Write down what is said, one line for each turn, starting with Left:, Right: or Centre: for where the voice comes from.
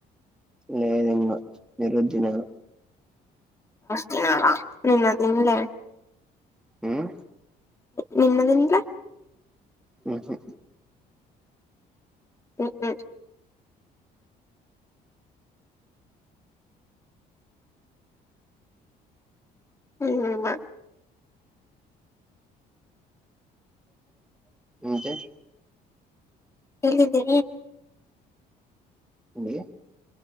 Centre: లేదుంగా ఈరోజు తినాలా
Left: తినాలా నిన్న తిన్లే
Centre: హ్మ్మ్
Left: నిన్న దిన్లే
Centre: ఉహు
Left: ఉ ఉ ఉమా
Centre: అంటే
Left: వెళ్ళిది
Centre: ఏంది